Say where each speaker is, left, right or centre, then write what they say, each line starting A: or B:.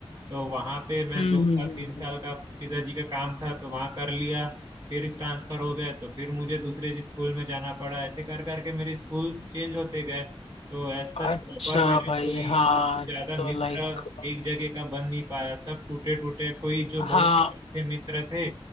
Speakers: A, on the right (about 50°); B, on the left (about 85°).
A: तो वहाँ पे मैं
B: हम्म
A: दो साल
B: हम्म हम्म
A: तीन साल
B: हम्म।
A: का पिताजी का काम था तो वहाँ कर लिया फिर ट्रांसफर हो गए तो फिर मुझे दूसरे स्कूल में जाना पड़ा ऐसे कर करके मेरे स्कूल्स चेंज होते गए तो एज सच
B: अच्छा
A: प्रॉपर मेरे
B: भाई
A: कोई
B: हाँ
A: ज्यादा
B: तो
A: मित्र
B: लाइक
A: एक जगह का बन नहीं पाया सब टूटे टूटे कोई जो
B: हाँ
A: बहुत अच्छे मित्र थे